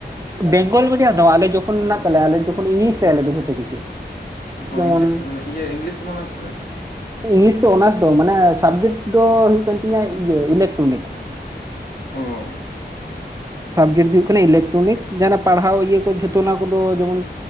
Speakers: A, on the right; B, on the left.
A: ᱵᱮᱝᱜᱚᱞ ᱢᱤᱰᱤᱭᱟᱢ ᱫᱚ ᱟᱞᱮ ᱡᱚᱠᱷᱚᱱ ᱢᱮᱱᱟᱜ ᱠᱟᱜ ᱞᱮᱭᱟ ᱟᱞᱮ ᱡᱚᱠᱷᱚᱱ ᱤᱝᱞᱤᱥ ᱛᱮ ᱟᱞᱮ ᱫᱚ ᱡᱷᱚᱛᱚ ᱠᱤᱪᱷᱩ
B: ᱚ
A: ᱡᱮᱢᱚᱱ
B: ᱤᱝᱞᱤᱥ ᱛᱮ ᱢᱟᱱᱮ ᱤᱭᱟᱹ ᱤᱝᱞᱤᱥ ᱛᱮᱢ ᱚᱱᱟᱨᱥ ᱫᱟ
A: ᱤᱝᱞᱤᱥ ᱫᱚ ᱚᱱᱟᱨᱥ ᱫᱚ ᱢᱟᱱᱮ ᱥᱟᱵᱡᱮᱠᱴ ᱫᱚ ᱦᱩᱭᱩᱜ ᱠᱟᱱ ᱛᱤᱧᱟᱹ ᱤᱭᱟᱹ ᱤᱞᱮᱠᱴᱨᱚᱱᱤᱠᱥ
B: ᱚᱸᱻ
A: ᱥᱟᱵᱽᱡᱮᱠᱴ ᱫᱚ ᱦᱩᱭᱩᱜ ᱠᱟᱱᱟ ᱤᱞᱮᱠᱴᱨᱚᱱᱤᱠ ᱡᱟᱦᱟᱸᱱᱟᱜ ᱯᱟᱲᱦᱟᱣ ᱤᱭᱟᱹ ᱠᱚ ᱡᱷᱚᱛᱚ ᱚᱱᱟ ᱠᱚᱫᱚ ᱡᱮᱢᱚᱱ